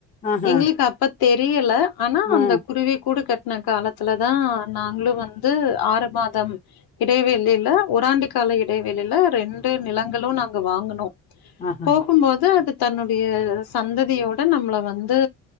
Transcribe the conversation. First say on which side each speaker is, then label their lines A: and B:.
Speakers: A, on the left (about 20°); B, on the left (about 50°).
A: ஆஹா
B: எங்களுக்கு அப்பத் தெரியல ஆனா அந்த
A: ஆ
B: குருவி கூட கட் இந்த காலத்துல தா நாங்களு வந்து ஆறு மாதம் இடைவெளில ஒராண்ட கால இடைவெளில ரெண்டு நிலங்களும் நாங்க வாங்கினோ
A: ஆஹா
B: போகும்போது அது தன்னுடைய சந்ததியோட நம்மள வந்து